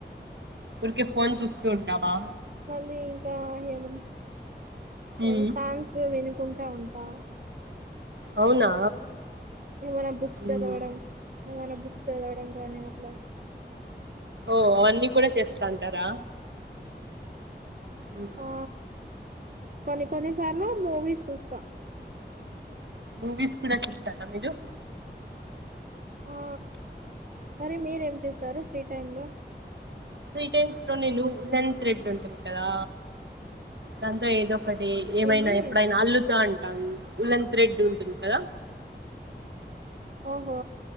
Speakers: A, on the right; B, on the right.
A: ఊర్కే ఫోన్ చూస్తూ ఉంటావా
B: వల్లీ ఇంకా హేమన్ హేమన్
A: ఉమ్
B: సాంగ్స్ వినుకుం ఉంటా
A: అవునా
B: ఆ ఏమనా బుక్స్
A: ఉమ్
B: చదవడం ఏమైనా బుక్స్ చదవడం కానీ అట్లా
A: ఓ అవన్నీ కూడా చేస్తాంటారా హ
B: ఆ కొన్ని కొన్ని సార్లు మూవీస్ చూస్తాం
A: మూవీస్ కూడా చూస్తారా మీరు
B: ఆ మరి మీరేం చేస్తారు ఫ్రీ టైమ్ లో
A: ఫ్రీ టైమ్స్లో నేను వులేన్ థ్రెడ్ ఉంటుంది కదా దాంతో ఏదో ఓక్కటి ఏమైనా
B: ఏంది
A: ఎప్పుడైనా అల్లుతా అంటాం వులేన్ థ్రెడ్ ఉంటుంది కదా
B: ఓహో